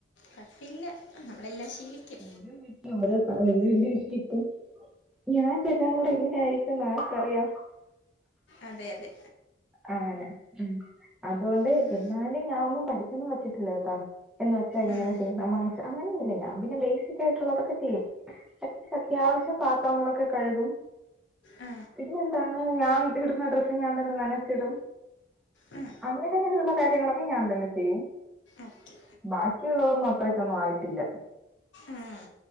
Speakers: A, on the left; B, in the centre.
A: കട്ടില്ല നമ്മളെല്ലാം ശീലിക്കും.
B: ഓരോ വീട്ടിലും ഓരോ സാഹചര്യല്ലേ ഇപ്പം. ഞാൻ ചെല്ലാനോടം എങ്ങനെ ആയിരിക്കും ന്ന് ആർക്കറിയാം.
A: അതെ അതെ
B: അങ്ങനെ ഉം അതുകൊണ്ട്
A: ഉം,
B: എന്നാലും ഞാൻ ഒന്നും പഠിച്ചൊന്നും വെച്ചിട്ടില്ല കേട്ടോ. എന്ന് വെച്ചാൽ ഇങ്ങനെ
A: ഉം,
B: ചെയ്യും <unintelligible> അങ്ങനെയൊന്നുല്ല ഞാൻ പിന്നെ ബേസിക് ആയിട്ടുള്ളതൊക്കെ ചെയ്യും. കുറച്ചു അത്യാവശ്യം പാത്രങ്ങളൊക്കെ കഴുകും.
A: ആ,
B: പിന്നെ എന്താണ് ഞാൻ ഇടുന്ന ഡ്രസ് ഞാൻ തന്നെ നന ച്ചിടും
A: ഉം,
B: അങ്ങനെ ഇങ്ങനെയുള്ള കാര്യങ്ങളൊക്കെ ഞാൻ തന്നെ ചെയ്യും.
A: ഓക്കെ
B: ബാക്കിയുള്ളതൊന്നും അത്രയ്ക്കൊന്നും ആയിട്ടില്ല.
A: ഉം.